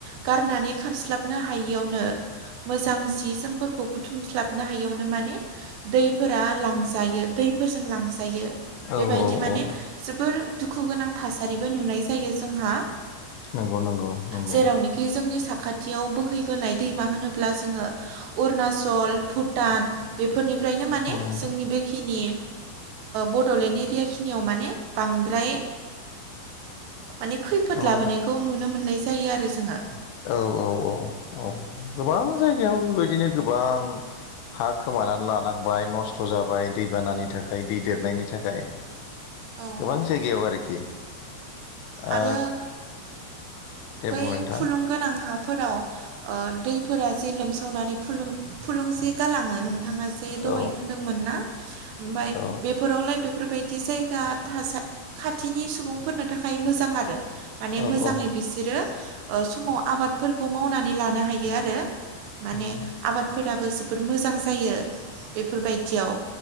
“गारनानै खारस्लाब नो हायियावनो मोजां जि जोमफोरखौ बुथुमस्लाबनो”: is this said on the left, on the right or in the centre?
Right